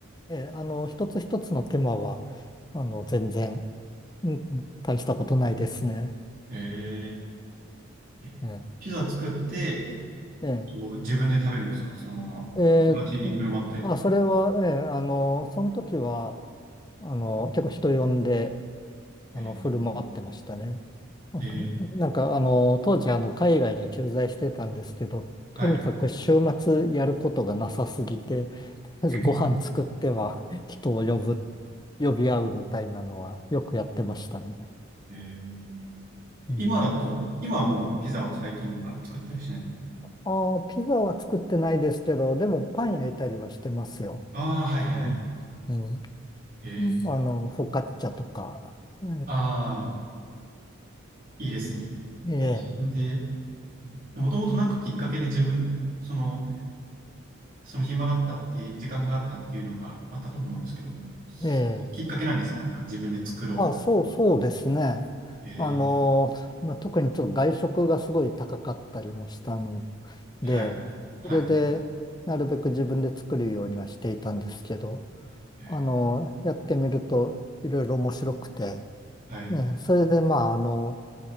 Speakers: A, on the left; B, on the right.
A: えーあの、一つ一つの手間は、あの、全然、うん大したことないですね。
B: えー、えピザ作って、
A: えええ
B: と自分で食べるんですかそのまま。
A: ええーと、
B: 街に振る舞ったりとか。
A: あ、それは、ええあの、その時は、あの、結構人呼んで、あの、
B: え
A: 振る舞ってましたね。<laughs> なんか、
B: ー、えー、
A: なんかあの、当時、あの、海外に駐在してたんですけど、
B: はい。
A: とにかく週末やることがなさすぎて、とりあえずご飯作っては人を呼ぶ、
B: <laughs>
A: 呼び合うみたいなのはよくやってましたね。
B: えー、
A: うん。
B: 今だと、今はもうピザを最近は作ったりしない。
A: ああ、ピザは作ってないですけど、でもパン焼いたりはしてますよ。
B: ああ、はいはいはい。
A: うん。うん。
B: へえ。
A: うんあの、フォカッチャとか。え
B: ああ、いいですね。
A: え、
B: で、自分で、もともとなんかきっかけで自分、その、その暇だったって、時間があったっていうのがあったと思うんですけど、すきっかけなんですかなんか自分で作ろ
A: ええ、ええあ、そう、そうですね。
B: う。へえ。
A: あの、まあ、特にちょっと外食がすごい高かったりもしたの
B: はい。
A: で、
B: はい。
A: それで、なるべく自分で作るようにはしていたんですけど、
B: ええ。
A: あの、やってみるといろいろ面白くて、
B: はい。
A: ね、それで、まあ、あの、